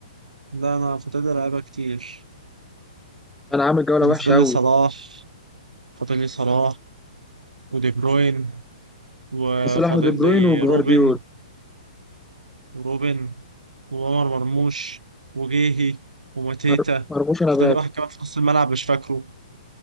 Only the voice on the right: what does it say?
لا أنا فاضل لي لعيبة كتير
أنا
فاضل
لي صلاح فاضل لي صلاح ودي بروين وفاضل
لي
روبن وروبن وعمر مرموش وجيهي وماتيتا
فاضل
لي واحد كمان في نص الملعب مش فاكره